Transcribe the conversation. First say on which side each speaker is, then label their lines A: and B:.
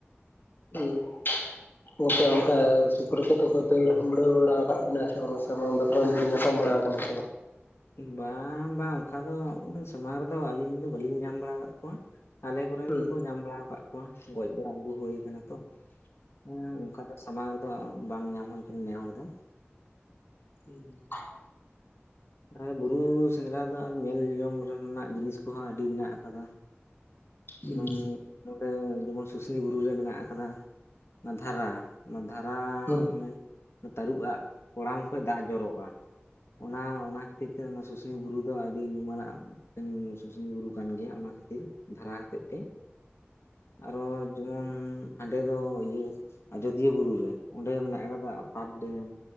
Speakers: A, on the left (about 50°); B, on the left (about 75°).
A: <unintelligible> ᱜᱚᱝᱠᱮ ᱚᱱᱠᱟ ᱥᱩᱠᱨᱤ ᱠᱚᱫᱚ ᱠᱚ ᱫᱟᱲᱟᱹ ᱵᱟᱲᱟ ᱟᱠᱟᱫ ᱵᱮᱱᱟ ᱥᱮ ᱥᱟᱢᱟᱝ ᱫᱟᱯᱨᱟᱢ ᱫᱚᱵᱤᱱ ᱧᱟᱯᱟᱢ ᱵᱟᱲᱟ ᱟᱠᱟᱫᱟ ᱦᱮ ᱥᱮ ᱵᱟᱝ
B: ᱵᱟᱝ ᱵᱟᱝ ᱚᱱᱠᱟ ᱫᱚ ᱥᱟᱢᱟᱝ ᱨᱮᱫᱚ ᱟᱹᱞᱤᱧ ᱫᱚ ᱵᱟᱹᱞᱤᱧ ᱧᱟᱢ ᱵᱟᱲᱟ ᱟᱠᱟᱫ ᱠᱚᱣᱟ ᱟᱞᱮ ᱠᱚᱨᱮᱱ
A: ᱦᱮᱸ
B: ᱜᱮᱠᱚ ᱧᱟᱢ ᱵᱟᱲᱟ ᱟᱠᱟᱫ ᱠᱚᱣᱟ ᱜᱚᱡ ᱵᱟᱲᱟ ᱟᱹᱜᱩ ᱦᱩᱭ ᱟᱠᱟᱱᱟ ᱛᱚ ᱦᱮᱸ ᱚᱱᱠᱟ ᱥᱟᱢᱟᱝ ᱨᱮᱫᱚ ᱵᱟᱝ ᱧᱟᱢ ᱦᱩᱭ ᱠᱟᱱ ᱱᱮᱦᱚᱲ ᱫᱚ ᱾
A: <unintelligible>
B: ᱟᱨ ᱵᱩᱨᱩ ᱥᱮᱸᱫᱽᱨᱟ ᱫᱚ ᱟᱨ ᱧᱮᱞ ᱡᱚᱝ ᱨᱮᱱᱟᱜ ᱡᱤᱱᱤᱥ ᱠᱚᱦᱚᱸ ᱟᱹᱰᱤ ᱢᱮᱱᱟᱜ ᱟᱠᱟᱫᱟ
A: ᱦᱮᱸ
B: ᱮᱫ ᱱᱚᱰᱮ ᱡᱮᱢᱚᱱ ᱥᱩᱥᱱᱤ ᱵᱩᱨᱩ ᱨᱮ ᱢᱮᱱᱟᱜ ᱟᱠᱟᱫᱟ ᱚᱱᱟ ᱫᱷᱟᱨᱟ ᱚᱱᱟ ᱫᱷᱟᱨᱟ
A: ᱦᱮᱸ
B: ᱢᱟᱱᱮ ᱛᱟᱹᱨᱩᱵᱽ ᱟᱜ ᱠᱚᱲᱟᱢ ᱠᱷᱚᱡ ᱫᱟᱜ ᱡᱚᱨᱚᱜᱼᱟ ᱚᱱᱟ ᱚᱱᱟ ᱚᱱᱟ ᱠᱷᱟᱹᱛᱤᱨ ᱛᱮ ᱚᱱᱟ ᱥᱩᱥᱩᱱᱤᱭᱟᱹ ᱵᱩᱨᱩ ᱫᱚ ᱟᱹᱰᱤ ᱧᱩᱢᱟᱱᱟᱜ ᱥᱩᱥᱩᱱᱤ ᱵᱩᱨᱩ ᱠᱟᱱ ᱜᱮᱭᱟ ᱚᱱᱟ ᱠᱷᱟᱹᱛᱤᱨ ᱫᱷᱟᱨᱟ ᱦᱚᱛᱮᱫ ᱛᱮ ᱟᱨᱚ ᱡᱮᱢᱚᱱ ᱦᱟᱸᱰᱮ ᱫᱚ ᱤᱭᱟᱹᱧ ᱟᱡᱚᱫᱤᱭᱟᱹ ᱵᱩᱨᱩᱨᱮ ᱚᱸᱰᱮ ᱢᱮᱱᱟᱜ ᱟᱠᱟᱫᱟ ᱟᱯᱟᱨ ᱰᱮᱢ